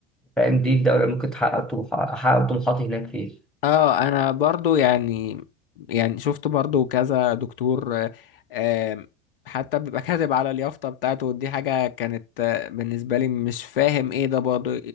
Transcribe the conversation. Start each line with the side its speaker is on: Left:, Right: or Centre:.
Centre: فاهم دي الدولة ممكن تحقق طموح- أحقق طموحاتي هناك فيه
Left: اه انا برضو يعني يعني شفت برضو كذا دكتور آه، آم، حتى بيبقى <laughs> كاتب على اليافطة بتاعته ودي حاجة كانت آه، بالنسبة لي مش فاهم ايه ده برضو